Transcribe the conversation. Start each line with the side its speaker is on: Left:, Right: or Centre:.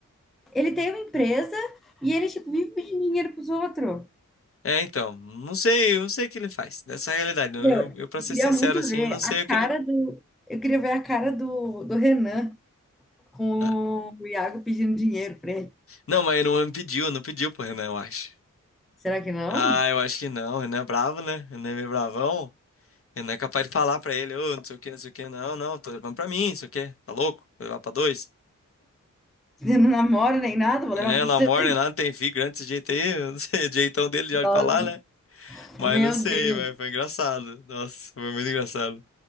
Centre: ele tem uma empresa e ele, tipo, vive pedindo dinheiro pros outros.
Left: É, então, não sei, eu não sei o que ele faz. Nessa realidade, não,
Centre: Meu,
Left: eu,
Centre: eu
Left: eu para ser
Centre: queria
Left: sincero
Centre: muito
Left: assim,
Centre: ver
Left: não sei
Centre: a cara
Left: o que ele.
Centre: do. Eu queria ver a cara do, do Renan com
Left: Ah,
Centre: o Iago pedindo dinheiro pra ele.
Left: não, mas ele não pediu, não pediu pro Renan, eu acho.
Centre: Será que não?
Left: Ah, eu acho que não. Renan é bravo, né? Renan é meio bravão. Renan é capaz de falar pra ele, ô, não sei o que, não sei o que, não, não, tô levando pra mim, não sei o que, tá louco? Vou levar pra dois.
Centre: Eu não namoro nem nada, vou
Left: É,
Centre: levar pra
Left: Lamor,
Centre: você.
Left: nem nada, tem filho grande desse jeito aí, <laughs> eu não sei, o jeitão dele já de
Centre: Nossa.
Left: falar, né? Mas
Centre: Meu
Left: não sei,
Centre: Deus.
Left: mas foi engraçado. Nossa, foi muito engraçado.